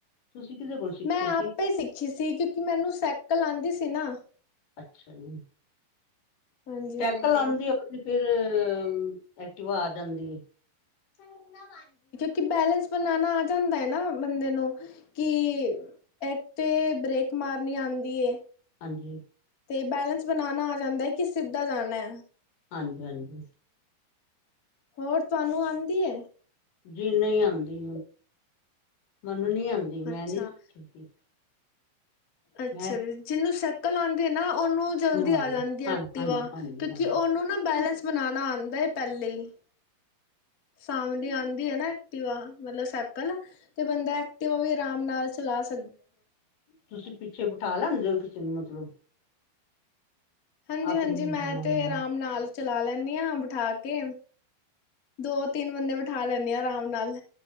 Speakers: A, on the left; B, on the left.
A: ਤੁਸੀਂ ਕਿਹਦੇ ਕੋਲ ਸਿੱਖੇ
B: ਮੈਂ ਆਪੇ
A: ਸੀ
B: ਸਿੱਖੀ ਸੀ ਕਿਉਂਕਿ ਮੈਨੂੰ ਸਾਈਕਲ ਆਉਂਦੀ ਸੀ ਸੀਨਾ
A: ਅੱਛਾ ਜੀ
B: ਹਾਂਜੀ
A: ਸੈਕਲ
B: ਹਾਂਜੀ
A: ਆਉਂਦੀ ਹੋਂਏ ਤੇ ਫੇਰ ਫੇਰ ਐਕਟਿਵਾ ਆ ਜਾਂਦੀ ਏ <unintelligible>
B: ਕਿ ਬੈਲੇੈਂਸ ਬਣਾਣਾ ਆ ਜਾਂਦਾ ਹੈ ਨਾ ਬੰਦੇ ਨੂੰ ਕਿ ਇੱਕ ਤੇ ਬ੍ਰੇਕ ਮਾਰਨੀ ਆਉਂਦੀ ਏ
A: ਹਾਂਜੀ
B: ਤੇ ਬੈਲੇੈਂਸ ਬਣਾਣਾ ਆ ਜਾਂਦਾ ਹੈ ਕਿ ਸਿੱਧਾ ਜਾਣੈ
A: ਹਾਂਜੀ ਹਾਂਜੀ
B: ਹੋਰ ਤੁਹਾਨੂੰ ਆਉਂਦੀ ਏ
A: ਜਿਨੂੰ ਨਹੀਂ ਆਉਂਦੀ ਮੈਨੂੰ ਨੀ ਆਉਂਦੀ ਮੈਂ
B: ਅੱਛਾ,
A: ਨੀ ਸਿਖੀ ਸੀ
B: ਅੱਛਾ
A: ਮੈਂ
B: ਜੀ ਜਿਹਨੂੰ ਸਾਈਕਲ ਆਉਂਦੀ ਤੇ ਨਾ ਉਹਨੂੰ ਜਲਦੀ ਆ
A: ਆਉਂਦੀ
B: ਜਾਂਦੀ
A: ਹਾਂ
B: ਐਕਟਿਵਾ
A: ਹਾਂਜੀ ਹਾਂਜੀ
B: ਕਿਉਂਕਿ
A: ਹਾਂਜੀ
B: ਉਹਨੂੰ ਨਾ ਬੈਲੈਂਸ ਬਨਾਉਣਾ ਆਂਦਾ ਏ ਪਹਿਲੇ ਹੀ ਸਾਮਣੇ ਆਂਦੀ ਹੈ ਨਾ ਐਕਟੀਵਾ ਮਤਲਬ ਸਾਈਕਲ ਤੇ ਬੰਦਾ ਤੇ ਓ ਵੀ ਆਰਾਮ ਨਾਲ ਚਲਾ ਸਕ
A: ਤੁਸੀਂ ਪਿੱਛੇ ਬਿਠਾ ਲੈਂਦੇ ਹੋ ਕਿਸੇ ਨੂੰ ਮਤਲਬ
B: ਹਾਂਜੀ
A: ਆਪਣੀ
B: ਹਾਂਜੀ
A: ਮੰਮੀ
B: ਮੈਂ ਤੇ ਆਰਾਮ
A: ਨੂੰ
B: ਨਾਲ ਚਲਾ ਲੈਂਦੀ ਹਾਂ ਬਿਠਾ ਕੇ ਦੋ ਤਿੰਨ ਬੰਦੇ ਬਿਠਾ ਲੈਂਦੀ ਆ ਆਰਾਮ ਨਾਲ